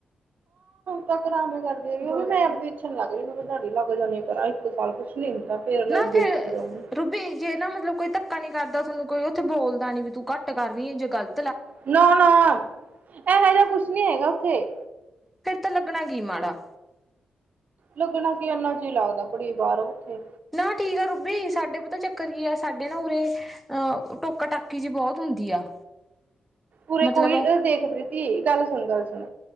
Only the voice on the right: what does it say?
ਤਾਂ ਕਰਾਮੇ ਕਰਦੀ ਏ ਮੈਂ ਆਪਦੀ ਇੱਛਣ ਲੱਗ ਰੀ, ਮੈਂਨ ਧਾਨੀ ਲੱਗ ਜਾਣੇ ਪਤਾ ਏ ਇੱਕ ਸਾਲ ਕੁਛ। ਨੀ ਹੁੰਦਾ ਫੇਰ ਲ
ਅੱਗੇ
ਦੇਖੀ ਜਾਊਗੀ
ਨਾ ਨਾ ਏਹੇ ਜਾ ਕੁਛ ਨੀ ਹੈਗਾ ਔਥੇ।
ਲੱਗਣਾ ਕੀ ਏਨਾ ਜੀ ਲੱਗਦਾ ਕੁੜੀ ਬਾਰੋ ਉੱਥੇ।
ਊਰੇ
ਕੋਈ
ਅ ਦੇਖ ਪਰੀਤੀ ਗੱਲ ਸੁਣ ਗੱਲ ਸੁਣ